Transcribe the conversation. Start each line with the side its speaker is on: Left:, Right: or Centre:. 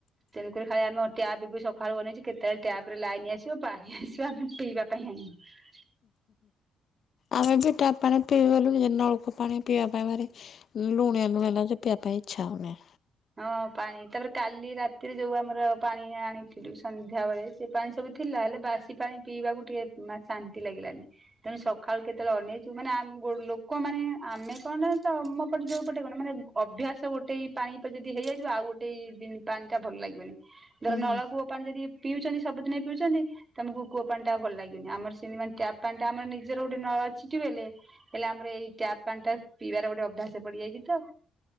Right: ତେୁକରି ଖାଲି ଆମ ଟ୍ୟାପ ବି ସକାୁନେଇଛୁ କେତେବେଳେ ଟ୍ୟାବ ରେ ଲାଇନ ଆସିବ ପାଣି ଆସିବା ଆମେ ପିଇବା ପାଇଁ ଆଣିବୁ।
Left: ଆମେ ବି ତା ପାଣି ପିଇଗଲୁ ନଳକ ପାଣି ପିଇବା ପାଇଁ ମାର। ଲୁଣଆ ଲୁଣ ଲାଗଛ ପି ପାଇଁଇଚଛା ହନେ।
Right: ହଁ ପାଣି ତାପରେ କାଲି ରାତିରେ ଯୋଉ ଆମର ପାଣି ଆଣିଥିଲୁ ସନ୍ଧ୍ୟାବେେଳେ ସେ। ପାଣି ସବୁ ଥିଲା ହେଲେ ବାସି ପାଣି ପିଇବାକୁ ଟିକେ ଶାନ୍ତି ଲାଗିଲାନି। ତେଣୁ ସକାଳୁ କେତେବେଳେ ଅନେଇଛୁ ମାନେ ଲୋକ ମାନେ ଆମେ କଣ ତ ଆମ ପଟେ ଯୋଉ ପଟେ କଣ ମାନେ। ଅଭ୍ୟାସ ଗୋଟେ ପାଣି ପାଇଁ ଯଦି ହେଇଯାଇଥିବ ଆଉ ଗୋଟେ ଦ ପାଣି ଟା ଭଲ ଲାଗିବନି ଧର
Left: ହୁଁ।
Right: ନଳକୂ ପାଣି ଯଦି ପିଉଛନ୍ତି ସବୁଦିନ ପିଉଛନ୍ତି। ତମକୁୁ କୂଅ ପାଣି ଟା ଭଲ ଲାଗିବନି ଆମର ସେ ପାଣି ଟା ଆମ ନିଜର ଗୋଟେ ନ ଚଛିଟି ବ ହେଲେ। ହେଲେ ଆମର ଏଇ ଟ୍ୟାପ ପାଣି ଟା ପିଇବାର ଗୋଟେ ଅଭ୍ୟାସ ପଡିଯାଇଛି ତ